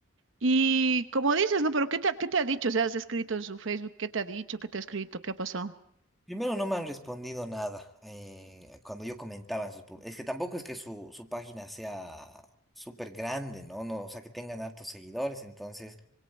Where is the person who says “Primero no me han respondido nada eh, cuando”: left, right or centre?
Centre